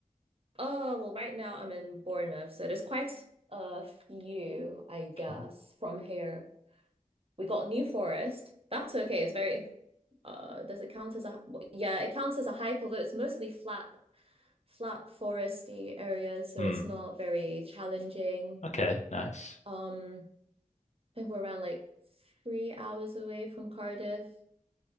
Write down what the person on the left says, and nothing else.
Okay.
Hmm.
Okay, nice. <sighs>